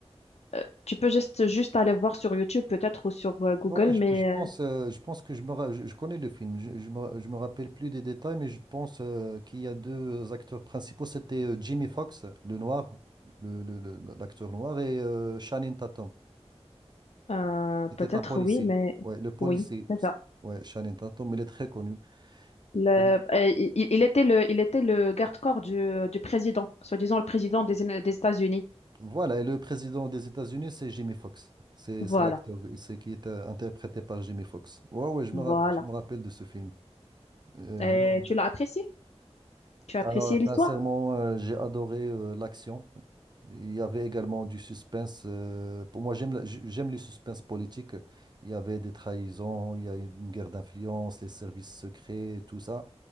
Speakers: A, on the left; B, on the right.
A: Euh, Tu peux juste, juste aller voir sur YouTube peut-être ou sur euh, Google,
B: Ouais, ouais, je,
A: mais
B: je
A: euh,
B: pense, euh, je pense que je, me, ra- je, je connais le film. Je, je me, je me rappelle plus des détails, mais je pense euh, qu'il y a deux euh, acteurs principaux. C'était euh, Jimmy Fox, le noir, le, le- le- l'acteur noir, et euh, Channing Tatum.
A: euh,
B: C'était
A: peut-être
B: un policier.
A: oui, mais
B: Ouais, le policier.
A: oui, c'est ça.
B: Ouais, Channing Tatum, il est très connu.
A: Le-
B: Et
A: euh, il, il était le, il était le garde-corps du, du président, soi-disant le président des, des États-Unis.
B: voilà, et le président des États-Unis, c'est Jimmy Fox. C'est,
A: Voilà,
B: c'est l'acteur, c'est qui est euh, interprété par Jimmy Fox. Ouais, ouais, je
A: voilà.
B: me rappelle, je me rappelle de ce film. Euh,
A: Et
B: ouais, ouais.
A: tu l'as apprécié? Tu as
B: Alors,
A: apprécié l'histoire?
B: sincèrement, euh, j'ai adoré euh, l'action. Il y avait également du suspense. euh, pour moi, j'aime la- j- j'aime les suspens politiques. Il y avait des trahisons, il y a une guerre d'influence, les services secrets, et tout ça.